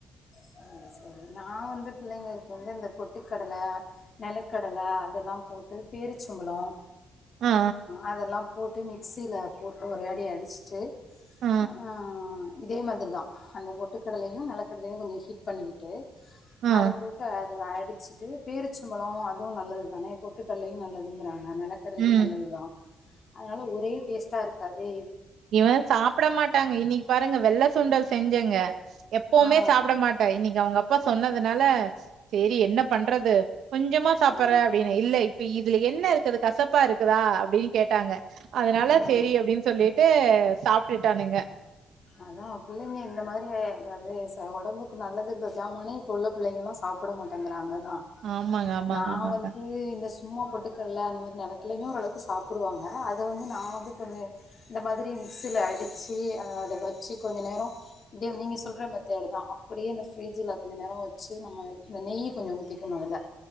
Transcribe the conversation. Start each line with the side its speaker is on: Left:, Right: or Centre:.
Left: சேரி சேரி நா வந்து பிள்ளைங்களுக்கு வந்து இந்த பொட்டுக்கடல நெலக்கடல அதல்லாம் போட்டு பேரிச்சம்பழோ
Right: ஆ,
Left: அதல்லா போட்டு மிக்சில போட்டு ஒரு அடி அடிச்ட்டு
Right: ஆ,
Left: ஆஹ் இதே மாதிரிதா அந்த பொட்டுக்கடலயு நலக் கடலயு கொஞ்சோ ஹீட் பண்ணிக்கி ட்டு
Right: ஆ,
Left: அத போட்டு அத அடிச் ச்சுட்டு பேரிச்சம்பழோ அதுவு நல்லது தானே பொட்டுக்கல்லையு நல்லதுங்குறாங்க நெலக் கடலையு
Right: ம்.
Left: நல்லது தா அதனால ஒரே டேஸ்ட்டா இருக்காதே
Right: இவன் சாப்ட மாட்டாங்க இன்னைக்கு பாருங்க வெள்ள சுண்டல் செஞ்சங்க எப்பவுமே
Left: ஆ
Right: சாப்பட மாட்டா இன்னைக்கு அவுங்க அப்பா சொன்னதுனால செரி என்ன பண்றது கொஞ்சமா சாப்பறே
Left: ஆ
Right: அப்டின்னு இல்ல இப்ப இதுல என்ன இருக்குது கசப்பா இருக்குதா அப்டின்னு கேட்டாங்க அதனால
Left: ஆ
Right: செரி அப்டின்னு சொல்லிட்டே சாப்பிட்டுட்டானுங்க
Left: அதா புள்ளைங்க இந்த மாதிரி எதாது செல ஒடம்புக்கு நல்லது இல்ல சாமானே இப்ப உள்ள பிள்ளைங்க எல்லா சா ப்பட மாட்டேங்கறாங்க தா
Right: ஆமாங்க, ஆமாங்க,
Left: நா
Right: ஆமாங்க.
Left: வந்து இந்த சு ம்மா பொட்டுக்கடல அந்த மாரி நிலக்கலையுமே ஓரளவுக்கு சாப்புடுவாங்க அத வந்து நா வந்து கொஞ்சோ இந்த மாதிரி மிக்சில அடிச்சி அத வச்சு கொஞ்ச நேரோ ப்டியே நீங்க சொல்ற மெத்தாடு தா அப்படியே இந்த பிரிட்ஜ்ல்ல கொஞ்சோ நேரோ வச்சு நம்ம இந்த நெய் கொஞ்சோ ஊதிக்கணு இதுல